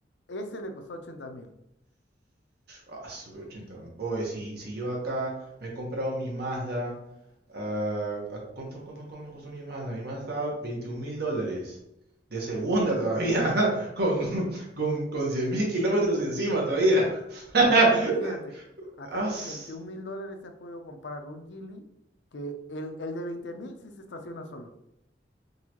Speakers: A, on the left; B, on the right.
A: Ese le costó ochenta mil.
B: Ah, super 80. Oye, si, si yo acá me he comprado mi Mazda. ah, ¿a ¿cuánto, cuánto, cuánto me costó mi Mazda? Mi Mazda estaba 21 mil dólares. De segunda todavía. <laughs> Con, con, con 100 mil kilómetros encima todavía. <laughs>
A: Ya, pues imagínate, acá
B: As-
A: con veintiún mil dólares has podido comprar un Gili que el, el de veinte mil sí se estaciona solo.